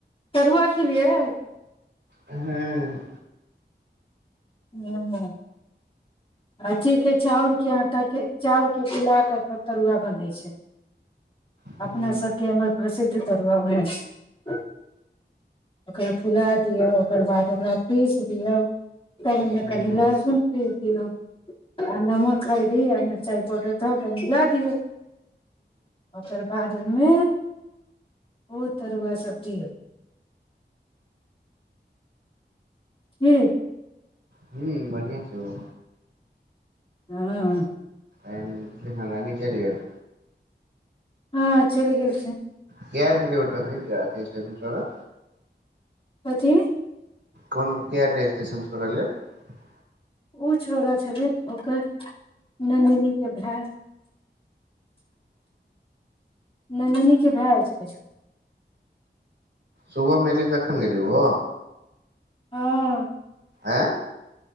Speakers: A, on the left; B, on the right.
A: तरुआ खेलियै
B: हँ
A: हू अथि के चाउरके आटाके चाउरके फुला कऽ तब तरुआ बनै छै
B: हूँ
A: अपना सभके इमहर प्रसिद्ध तरुआ उएह छै ओकरा फुला दियो ओकर बाद ओकरा पीस दियौ तहन ओहिमे
B: हूँ
A: कनि लहसुन पीस दियौ आ नमक हरीदी आ मिरचाइ पाउडर धऽ कऽ मला दियौ ओकर बाद ओहिमे ओ तरुआ सब दियौ की
B: हू बढ़िआ छै ओ
A: हँ
B: <unintelligible> रानी चइल गेल
A: हँ चलि गेल
B: के आइल छलै ओटो मे यै <unintelligible>
A: कथी
B: कोन के आ रेजिस्ट्रेशन छ रहल रहलै
A: ओ छौड़ा छलै ओकर नन्दिनीके भाय नन्दिनीके भाई आइल छले
B: सुबह मे एले तऽ अखन गेले ओ
A: हँ
B: आँ